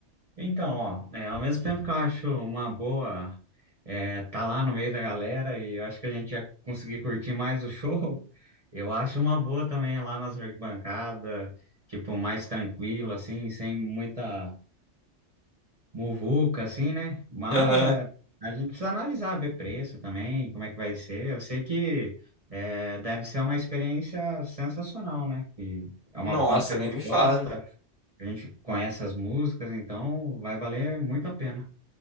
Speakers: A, on the right (about 30°); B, on the left (about 30°).
A: Então, ó, é, ao mesmo tempo que eu acho uma boa é, tá lá no meio da galera e eu acho que a gente ia conseguir curtir mais o show, <laughs> eu acho uma boa também é lá nas arquibancadas, tipo, mais tranquilo, assim, sem muita. muvuca, assim, né? Mas
B: Aham.
A: é, a gente precisa analisar, ver preço também, como é que vai ser. Eu sei que é, deve ser uma experiência sensacional, né? Que é uma
B: Nossa,
A: banda que a
B: nem
A: gente
B: me fala.
A: gosta, a gente conhece as músicas, então vai valer muito a pena.